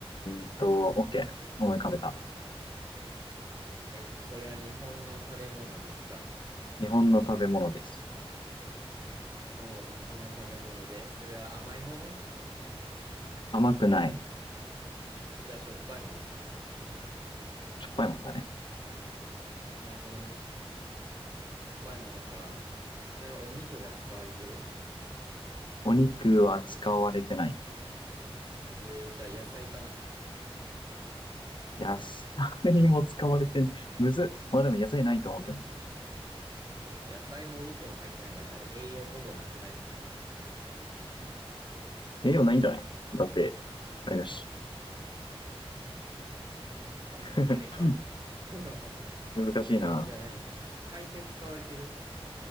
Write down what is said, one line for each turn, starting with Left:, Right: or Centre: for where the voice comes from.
Left: ーっと、OK。思い浮かべた。
Right: えっと、それは日本の食べ物ですか
Left: 日本の食べ物です。
Right: おう、日本の食べ物で、それは甘いもの
Left: 甘くない。
Right: じゃあしょっぱいものかな。
Left: しょっぱいものだね。
Right: なるほどね。しょっぱいものか。それはお肉が使われてる
Left: お肉は使われてない。
Right: えー、じゃあ野菜かな
Left: 野菜にも使われてん、むずっ。まあでも野菜ないと思うけど。
Right: え、野菜もお肉も入ってなかったら栄養ほぼなくないそれ。
Left: 栄養ないんじゃないだって、あれだし。
Right: うんあれか。
Left: <laughs>
Right: <laughs>
Left: 難しいな。
Right: えー、じゃあ何海鮮使われてる